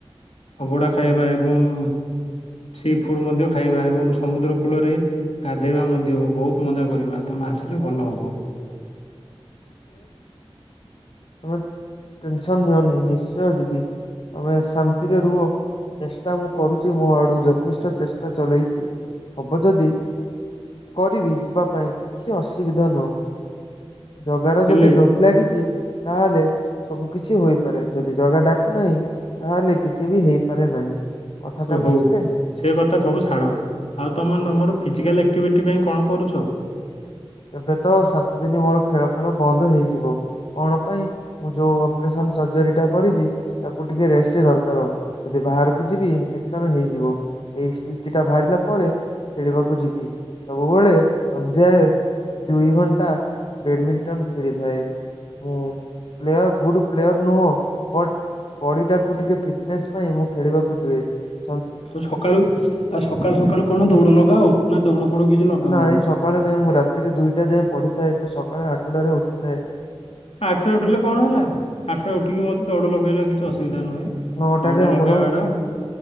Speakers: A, on the left; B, on the left.
A: ଅବଡା ଖାଇବା ଏବଂ ସି ଫୁଡ୍ ମଧ୍ୟ ଖାଇବା। ଏବଂ ସମୁଦ୍ର କୂଳରେ ଗାଧେଇବା ମଧ୍ୟ ବହୁତ ମଜା କରିବା। ତୋମ ଆସିଲେ ଭଲ ହବ।
B: ତୋମେ ଟେନସନ୍ ନିଅନି ନିଶ୍ଚୟ ଯିବି। ତୋମେ ଶାନ୍ତିରେ ରୁହ। ଚେଷ୍ଟା ମୁଁ କରୁଚି ମୋ ଆଡୁ। ଯଥେଷ୍ଟ ଚେଷ୍ଟା ଚଲେଇଚି। ହବ ଯଦି କରିବି ଯିବା ପାଇଁ କିଛି ଅସୁବିଧା ନୁହଁ। ଜଗା ର
A: ହେଲେ
B: ଯଦି ଡୋରି ଲାଗିଚି ତାହେଲେ ସବୁ କିଛି ହୋଇପାରେ। ଯଦି ଜଗା ଡା କୁ ନାହିଁ। ତାହେଲେ କିଛି ବି ହେଇପାରେ ନାହିଁ। କଥାଟା
A: ଓ ହଉ
B: ବୁଝିଲେ?
A: ସେ କଥା ସବୁ ଛାଡ଼। ଆଉ ତୋମ ତମର ଫିଜିକାଲ ଏକ୍ଟିଭିଟି ପାଇଁ କଣ କରୁଛ?
B: ଏବେ ତ ସାତ ଦିନ ମୋର ଖେଳ ଖେଳ ବନ୍ଦ ହେଇଯିବ। କଣ ପାଇଁ ମୁଁ ଯୋଉ ଅପରେସନ୍ ସର୍ଜରୀ ଟା କରିଚି ତାକୁ ଟିକେ ରେ ବେଶୀ ଦରକାର। ଯଦି ବାହାରକୁ ଯିବି ଇନଫେକ୍ସନ୍ ହେଇଯିବ । ଏଇ ସ୍ଟିଚ୍ ଟା ବାହାରିଲା ପରେ ଖେଳିବାକୁ ଯିବି ସବୁବଳେ। ସନ୍ଧ୍ୟାରେ ଦୁଇ ଘଣ୍ଟା ବେଡମିଣ୍ଟନ ଖେଳିଥାଏ । ମୁଁ ପ୍ଲେୟର୍ ଗୁଡ଼୍ ପ୍ଲେୟର ନୁହଁ। ବଟ୍ ବଡିଟାକୁ ଟିକେ ଫିଟନେସ୍ ପାଇଁ ମୁଁ ଖେଳିବାକୁ ଯୁଏ ।
A: ଆଉ ସକାଳୁ ଆଉ ସକାଳୁ ସକାଳୁ କଣ ଦୌଡ ଲଗାଅ? ନା ଦୌଡ ଫୋଡ କିଛି ଲଗାଉନ?
B: ନାଇଁ ସକାଳେ ନାଇଁ ମୁଁ ରାତିରେ ଦୁଇଟା ଯାଏ ପଢିଥାଏ ତ ସକାଳେ ଆଠଟାରେ ଉଠିଥାଏ ।
A: ଆଠ ରେ ଉଠିଲେ କଣ ହେଲା ଆଠରେ ଉଠିକି ମଧ୍ଯ ଦୌଡ ଲଗେଇଲେ କିଛି ଅସ ସୁବିଧା ନୁହେଁ
B: ନଅଟାରେ
A: ଦୌଡ
B: ଆମର
A: ଲଗେଇବା ଟା